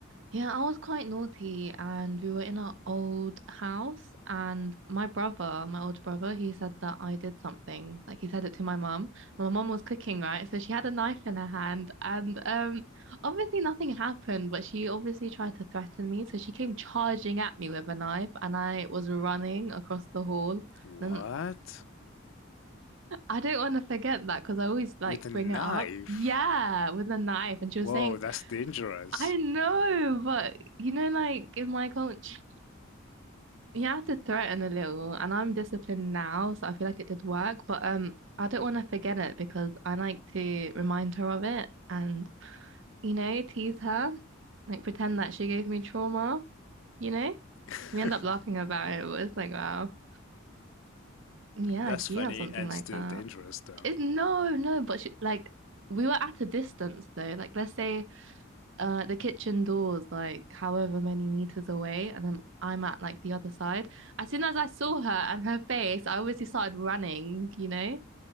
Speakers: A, on the right (about 65°); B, on the left (about 65°).
A: yeah, I was quite naughty and we were in our old house and my brother, my older brother, he said that I did something. Like he said it to my mum. My mum was cooking, right? So she had a knife in her hand and um obviously nothing happened, but she obviously tried to threaten me. So she came charging at me with a knife and I was running across the hall.
B: What?
A: Then I don't want to forget that because I always like
B: With a
A: bring
B: knife?
A: it up. Yeah, with a knife. And
B: Whoa,
A: she was saying,
B: that's dangerous.
A: I know, but you know, like in my culture, you have to threaten a little. And I'm disciplined now, so I feel like it did work. But um, I don't want to forget it because I like to remind her of it and, you know, tease her, like pretend that she gave me trauma, you know?
B: <laughs>
A: We end up laughing about it, but it's like, wow. Yeah,
B: That's
A: do
B: funny
A: you have something
B: and
A: like
B: still
A: that?
B: dangerous, though.
A: It's no, no, but she, like we were at a distance though. Like let's say uh the kitchen door's like however many meters away and I'm I'm at like the other side. As soon as I saw her and her face, I obviously started running, you know?